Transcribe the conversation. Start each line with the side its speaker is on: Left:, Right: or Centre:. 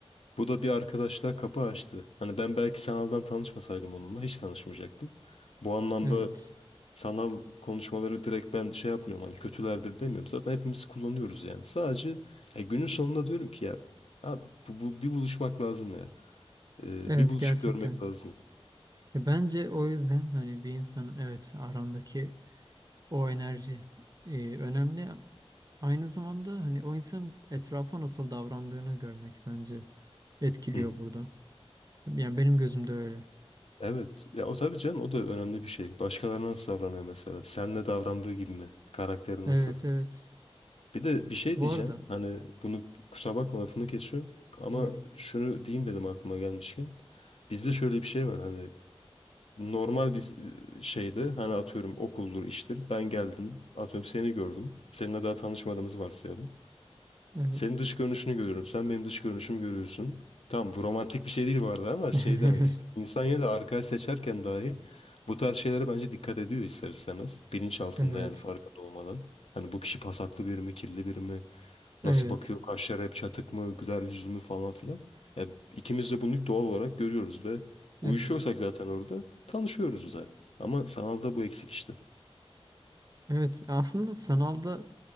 Left: Bu da bir arkadaşlığa kapı açtı. Hani ben belki sanaldan tanışmasaydım onunla hiç tanışmayacaktım. Bu anlamda
Right: evet,
Left: sanal konuşmaları direkt ben şey yapmıyorum hani kötülerdir demiyorum. Zaten hepimiz kullanıyoruz yani. Sadece ya günün sonunda diyorum ki ya abi bu, bu- bir buluşmak lazım ya. Ee,
Right: evet
Left: bir buluşup
Right: gerçekten.
Left: görmek lazım.
Right: Ya bence o yüzden hani bir insanın evet arandaki o enerji e, önemli Aynı zamanda hani o insanın etrafa nasıl davrandığını görmek bence etkiliyor
Left: Hı.
Right: burada. Yani benim gözümde öyle.
Left: Evet. Ya o tabii canım o da önemli bir şey. Başkalarına nasıl davranıyor mesela? Senle davrandığı gibi mi? Karakteri
Right: Evet
Left: nasıl?
Right: evet.
Left: Bir de bir şey
Right: Bu
Left: diyeceğim.
Right: arada
Left: Hani bunu kusura bakma lafını kesiyorum. Ama
Right: buyur.
Left: şunu diyeyim dedim aklıma gelmişken. Bizde şöyle bir şey var hani normal bir e, şeydi. Hani atıyorum okuldur, iştir. Ben geldim. Atıyorum seni gördüm. Seninle daha tanışmadığımızı varsayalım.
Right: Evet.
Left: Senin dış görünüşünü görüyorum. Sen benim dış görünüşümü görüyorsun. Tamam bu romantik bir şey değil bu arada ama şey
Right: <laughs>
Left: demek istiyorum. İnsan yine de arkadaş seçerken dahi bu tarz şeylere bence dikkat ediyor ister istemez. Bilinç altında
Right: Evet.
Left: yani farkında olmadan. Hani bu kişi pasaklı biri mi, kirli biri mi?
Right: Evet.
Left: Nasıl bakıyor? Kaşları hep çatık mı? Güler yüzlü mü falan filan. E, ikimiz de bunu doğal olarak görüyoruz ve uyuşuyorsak
Right: Evet.
Left: zaten orada tanışıyoruz da. Ama sanalda bu eksik işte.
Right: Evet. Aslında sanalda